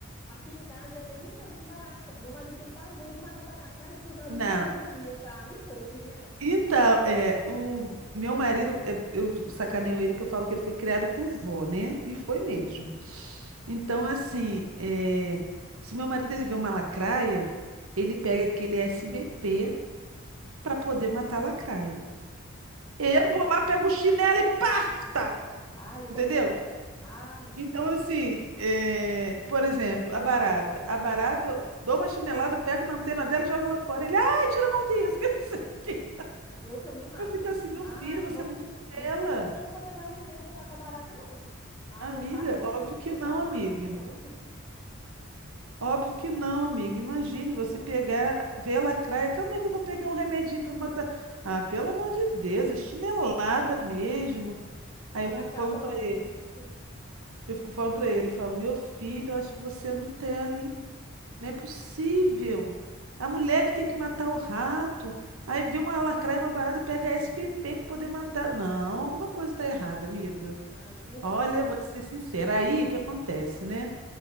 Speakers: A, on the left (about 15°); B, on the right (about 85°).
A: Aqui em casa é a mesma coisa com barata. Meu marido tem pavor de matar barata. Ai, porque o barulho
B: Não.
A: me dá agonia. Ah, me poupe, né?
B: Então, é, o meu marido, é, eu sacaneio ele que eu falo que ele foi criado com vó, né? E foi mesmo. Então, assim, é, se meu marido ele vê uma lacraia, ele pega aquele SBP para poder matar a lacraia. Eu vou lá, pego o chinelo e paf, taco.
A: Ah, eu
B: Entendeu?
A: também mato. Ah, não.
B: Então, assim, é, por exemplo, a barata. A barata, eu dou uma chinelada, pego na antena dela e jogo ela fora. Ele, ai, tira a mão disso, que não sei o quê.
A: Eu também mato.
B: Eu fico assim, meu
A: Ah,
B: filho,
A: não
B: você
A: vou.
B: é muito Nutella.
A: Não fica esperando para pegar veneno para matar barata, não. Ah,
B: Amiga,
A: eu taco já
B: óbvio
A: o chinelo,
B: que não,
A: já mato
B: amiga.
A: e pronto.
B: Óbvio que não, amiga. Imagine você pegar, ver a lacraia. Calma aí que eu vou pegar um remedinho para matar. Ah, pelo amor de Deus, é chinelada mesmo. Aí
A: Já
B: eu fico
A: acaba
B: falando para
A: logo
B: ele,
A: com isso.
B: eu fico falando para ele, eu falo, meu filho, eu acho que você é Nutella, hein? Não é possível. A mulher que tem que matar o rato. Aí vê uma lacraia, uma barata, pega a SBP para poder matar. Não, alguma coisa está errada, amiga.
A: Ai, pior.
B: Olha, vou ser sincera. Aí o que acontece, né?